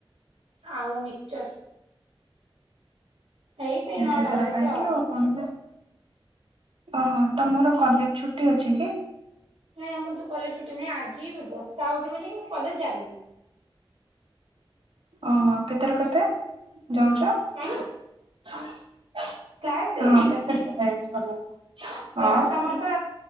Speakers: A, on the right (about 85°); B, on the right (about 65°).
A: ଆଉ ମିକଚର ଏଇସେଇ
B: ଏତେ
A: ନଟା
B: ସାରା
A: ବଳେ ତ
B: <unintelligible> ଓହୋ ତମର କଲେଜ ଛୁଟି ଅଛି କି?
A: ନାଇଁ ଆମର ତ କଲେଜ ଛୁଟି ନାହିଁ, ଆଜି ବି ବର୍ଷା ହଉଛି ବୋଲି କି ମୁଁ କଲେଜ ଯାଇନି।
B: ଓହୋ କେତେ ରୁ କେତେ ଯାଉଛ?
A: <unintelligible>
B: <unintelligible>
A: କ୍ଲାସେ
B: ହଁ
A: କ୍ଲାସ୍ ଆମର ବା